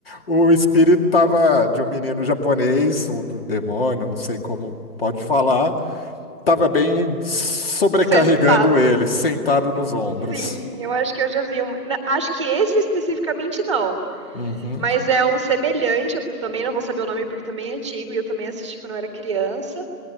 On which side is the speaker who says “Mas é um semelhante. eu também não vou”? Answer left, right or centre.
Right